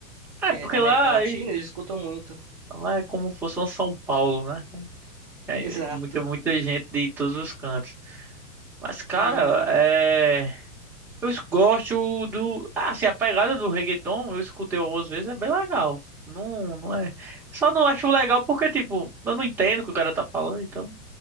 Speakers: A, in the centre; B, on the right.
A: É,
B: é,
A: porque
B: da América
A: lá,
B: Latina,
A: é-
B: eles escutam muito. <laughs>
A: lá é como se fosse um São Paulo, né? É
B: Exato.
A: muita, muita gente de todos os cantos. Mas, cara,
B: E-
A: é. Eu es- gosto do. Ah, assim, a pegada do reggaeton, eu escutei algumas vezes, é bem legal. Não, não é. Só não acho legal porque, tipo, eu não entendo o que o cara tá falando, então.